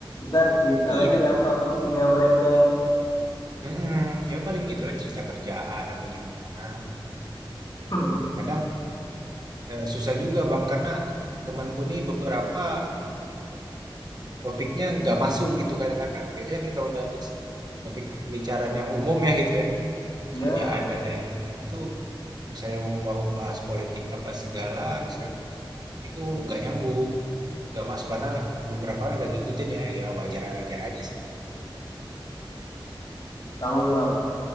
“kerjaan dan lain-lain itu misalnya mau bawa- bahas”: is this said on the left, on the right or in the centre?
Right